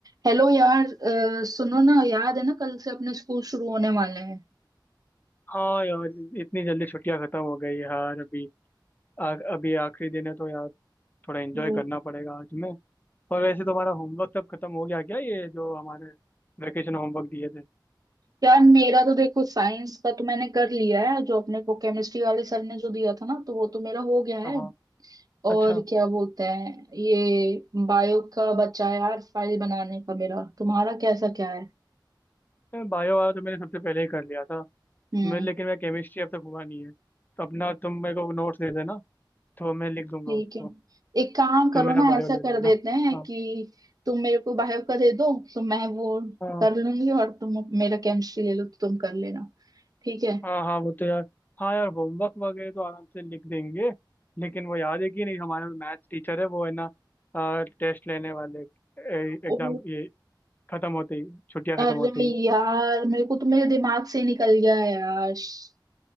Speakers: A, on the right; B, on the left.
A: Hello यार अ, सुनो ना याद है ना कल से अपने स्कूल शुरू होने वाले हैं
B: हाँ यार इतनी जल्दी छुट्टियां खत्म हो गई यार अभी आ, अभी आखिरी दिन है तो यार थोड़ा एंजॉय
A: वो-
B: करना पड़ेगा आज में और वैसे तुम्हारा होमवर्क तब खत्म हो गया क्या ये जो हमारे वेकेशन होमवर्क दिए थे
A: यार मेरा तो देखो साइंस का तो मैंने कर लिया है जो अपने को केमिस्ट्री वाले सर ने जो दिया था ना तो वो तो मेरा हो गया है
B: हाँ हाँ
A: और
B: अच्छा
A: क्या बोलते हैं ये बायो का बचा है यार फाइल बनाने का मेरा तुम्हारा कैसा क्या है
B: मैं बायो वाला तो मैंने सबसे पहले ही कर लिया था
A: हम्म
B: मैं लेकिन मैं केमिस्ट्री अब तक हुआ नहीं है तो अपना तुम मेरे को नोट्स दे देना तो मैं लिख दूंगा
A: ठीक
B: उसको
A: है एक काम करो
B: तुम मेरा
A: ना
B: बायो
A: ऐसा
B: ले
A: कर
B: लेना
A: देते हैं
B: हाँ
A: कि तुम मेरे को बायो का दे दो तो मैं वो
B: हाँ।
A: कर लूंगी और तुम मेरा केमिस्ट्री ले लो तो तुम कर लेना ठीक है
B: हाँ हाँ वो तो यार हाँ यार होमवर्क वगैरह तो आराम से लिख देंगे लेकिन वो याद है कि नहीं हमारा मैथ्स टीचर है वो है ना टेस्ट लेने वाले
A: ओ
B: एग्जाम ये खत्म होते ही छुट्टियां
A: अरे
B: खत्म होते ही
A: यार मेरे को तो मेरे दिमाग से ही निकल गया है यार श-